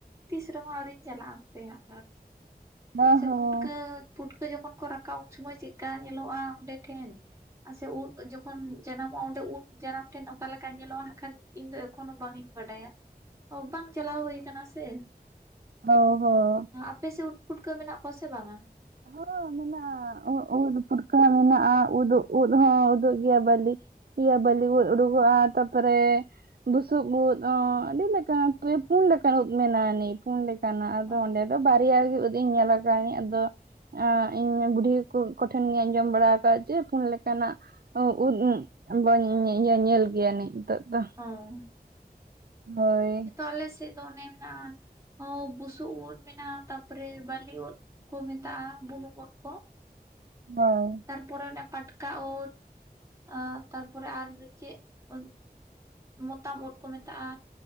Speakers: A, on the right; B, on the right.
A: ᱛᱤᱥ ᱨᱮᱦᱚᱸ ᱟᱹᱣᱨᱤᱧ ᱪᱟᱞᱟᱜᱼᱟ ᱦᱟᱯᱮ ᱦᱟᱸᱜ ᱠᱷᱟᱱ᱾
B: ᱚ
A: ᱥᱮ
B: ᱦᱚᱸ
A: ᱯᱩᱴᱠᱟᱹ ᱯᱩᱴᱠᱟᱹ ᱡᱚᱠᱷᱚᱱ ᱠᱚ ᱨᱟᱠᱟᱵ ᱩᱱ ᱥᱚᱢᱚᱭ ᱪᱮᱫᱠᱟ ᱧᱮᱞᱚᱜ-ᱟ ᱚᱸᱰᱮ ᱴᱷᱮᱱ᱾ ᱟ ᱥᱮ ᱩᱫᱽ ᱡᱚᱠᱷᱚᱱ ᱡᱟᱱᱟᱢᱚᱜᱼᱟ, ᱚᱸᱰᱮ ᱩᱫᱽ ᱡᱟᱱᱟᱢ ᱴᱷᱮᱱ ᱚᱠᱟ ᱞᱮᱠᱟ ᱧᱮᱞᱚᱜᱼᱟ ᱦᱟᱸᱜ ᱠᱷᱟᱱ ᱤᱧ ᱫᱚ ᱮᱠᱷᱚᱱᱚ ᱵᱟᱝ ᱤᱧ ᱵᱟᱰᱟᱭᱟ᱾ ᱚ ᱵᱟᱝ ᱪᱟᱞᱟᱣ ᱦᱩᱭ ᱟᱠᱟᱱᱟ ᱥᱮ᱾
B: ᱚ ᱦᱚᱸ ᱚ ᱦᱚᱸ
A: ᱟᱯᱮ ᱥᱮᱫ ᱩᱫ ᱠᱟᱹ ᱢᱮᱱᱟᱜ ᱠᱚᱣᱟ ᱥᱮ ᱵᱟᱝᱟ?
B: ᱦᱚᱸ ᱢᱮᱱᱟᱜᱼᱟ᱾ ᱩᱫᱽ ᱩᱫᱽ ᱯᱷᱩᱨᱠᱟᱹ ᱦᱚ ᱢᱮᱱᱟᱜᱼᱟ᱾ ᱩᱫᱽᱩᱜ ᱩᱫᱽ ᱦᱚᱸ ᱩᱫᱩᱜ ᱜᱮᱭᱟ ᱵᱟᱹᱞᱤ ᱤᱭᱟᱹ ᱵᱟᱹᱞᱤ ᱩᱫᱽ ᱩᱰᱩᱜᱚ-ᱟ᱾ ᱛᱟᱯᱚᱨᱮ ᱵᱩᱥᱩᱵ ᱩᱫ ᱦᱚᱸ ᱟᱹᱰᱤ ᱞᱮᱠᱟᱱ ᱯᱮ ᱯᱩᱱ ᱞᱮᱠᱟᱱ ᱩᱫᱽ ᱢᱮᱱᱟᱜ-ᱟ᱾ ᱱᱤ ᱯᱩᱱ ᱞᱮᱠ ᱠᱟᱱᱟ᱾ ᱟᱫᱚ
A: ᱚ
B: ᱚᱸᱰᱮ ᱫᱚ ᱵᱟᱨᱭᱟ ᱜᱮ ᱩᱫᱽ ᱤᱧ ᱧᱮᱞ ᱠᱟᱣᱱᱤᱧ᱾ ᱟᱫᱚ ᱟᱸ ᱤᱧ ᱵᱩᱰᱷᱤ ᱠᱚ-ᱠᱚᱴᱷᱮᱱ ᱜᱤᱧ ᱟᱸᱡᱚᱢ ᱵᱟᱲᱟ ᱟᱠᱟᱫ ᱡᱮ ᱯᱩᱱ ᱞᱮᱠᱟᱱᱟᱜ ᱚ ᱩᱫᱽ ᱵᱟᱹᱧ ᱧᱮ-ᱧᱮᱞ ᱜᱮᱭᱟ ᱱᱤᱡ ᱱᱤᱛᱚᱜ ᱫᱚ᱾
A: ᱦᱚᱸ᱾
B: ᱦᱳᱭ᱾
A: ᱛᱚ ᱟᱞᱮ ᱥᱮᱫ ᱫᱚ ᱚᱱᱮ ᱢᱮᱱᱟᱜᱼᱟ ᱦᱚᱸ ᱵᱩᱥᱩᱵ ᱩᱫᱽ ᱢᱮᱱᱟᱜᱼᱟ᱾ ᱛᱟᱯᱚᱨᱮ ᱵᱟᱹᱞᱤ ᱩᱫᱽ ᱠᱚ ᱢᱮᱛᱟᱜᱼᱟ, ᱵᱩᱱᱩᱢ ᱩᱫᱽ ᱠᱚ᱾
B: ᱦᱳᱭ᱾
A: ᱛᱟᱨᱯᱚᱨᱮ ᱚᱱᱮ ᱯᱟᱴᱠᱟ ᱳᱫᱽ᱾ ᱟ ᱛᱟᱨᱯᱚᱨᱮ ᱟᱨ ᱪᱮᱫ ᱩᱫᱽ ᱢᱚᱛᱟᱢ ᱳᱫᱽ ᱠᱚ ᱢᱮᱛᱟᱜᱼᱟ᱾